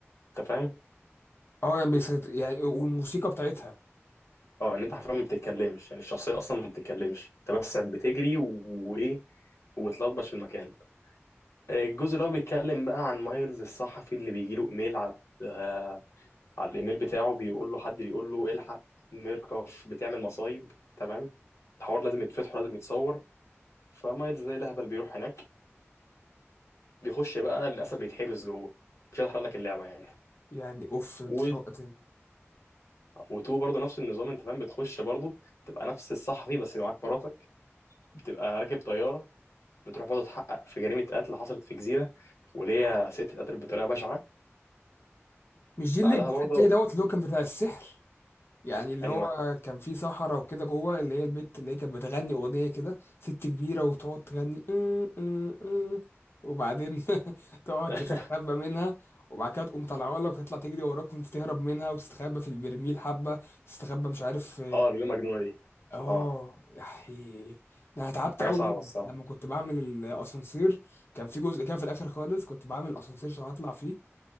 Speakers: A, on the left; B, on the left.
A: انت فاهم
B: اه يعني بيسيطر يعني والموسيقى بتاعتها
A: اه ان انت حرفيا ما بتتكلمش يعني الشخصيه اصلا ما بتتكلمش انت بس بتجري و- وايه وتلطبش في المكان الجزء اللي هو بيتكلم بقى عن مايلز الصحفي اللي بيجيله ايميل على آه، على الايميل بتاعه بيقول له حد بيقول له الحق ميركوف بتعمل مصايب تمام الحوار لازم يتفتح ولازم يتصور فمايلز زي الهبل بيروح هناك بيخش بقى للاسف بيتحبس جوه مش هحرق لك اللعبه يعني
B: يعني اوف انت
A: و...
B: شوقتني
A: وتو برضه نفس النظام انت فاهم بتخش برضه تبقى نفس الصحفي بس معاك مراتك بتبقى راكب طياره بتروح برضه تحقق في جريمه قتل حصلت في جزيره وليا ست اتقتلت بطريقه بشعه
B: مش دي
A: بعدها
B: اللي الجزء
A: برضه
B: التاني دوت اللي هو كان بتاع السحر يعني اللي
A: اني
B: هو
A: واحد
B: كان فيه صحراء وكده جوه اللي هي البت اللي هي كانت بتغني اغنيه كده ست كبيره وبتقعد تغني ام ام ام وبعدين <laughs> تقعد
A: <laughs>
B: تستخبى منها وبعد كده تقوم طالعه لك وتطلع تجري وراك وانت تهرب منها وتستخبى في البرميل حبه تستخبى مش عارف
A: اه الجمله المجنونه دي
B: اه
A: اه
B: يحي. ده انا تعبت
A: كانت حاجه
B: قوي
A: صعبه
B: منهم
A: الصراحه
B: لما كنت بعمل الاسانسير كان في جزء كده في الاخر خالص كنت بعمل اسانسير عشان اطلع فيه